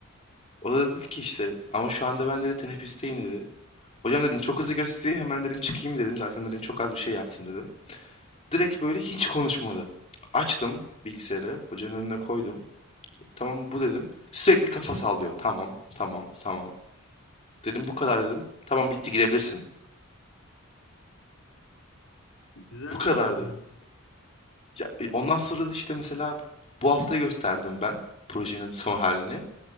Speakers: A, on the left (about 30°); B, on the left (about 85°).
A: O da dedi ki işte ama şu anda ben dedi teneffüsteyim dedi. Hocam dedim çok hızlı göstereyim hemen dedim çıkayım dedim. Zaten dedim çok az bir şey yaptım dedim. Direkt böyle hiç konuşmadı. Açtım bilgisayarı, hocanın önüne koydum. Tamam bu dedim. Sürekli kafa sallıyor. Tamam, tamam, tamam. Dedim bu kadar dedim. Tamam bitti gidebilirsin.
B: Güzel
A: Bu kadardı.
B: bir anı olur.
A: Ya, e, ondan sonra da işte mesela bu hafta gösterdim ben projenin son halini.